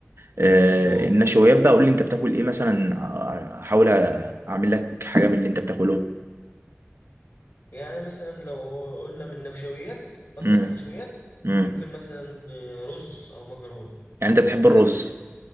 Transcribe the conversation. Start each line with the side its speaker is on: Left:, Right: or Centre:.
Right: آه،
Left: اه
Right: النشويات بقى قول لي انت بتاكل ايه مثلا آه، احاول اعمل لك حاجة من اللي انت بتاكله
Left: يعني مثلا لو قلنا من نشويات قصدك
Right: امم
Left: على النشويات
Right: امم
Left: ممكن مثلا آه، رز او مكرونه
Right: يعني انت بتحب
Left: يعني حاجه
Right: الرز
Left: من الاتنين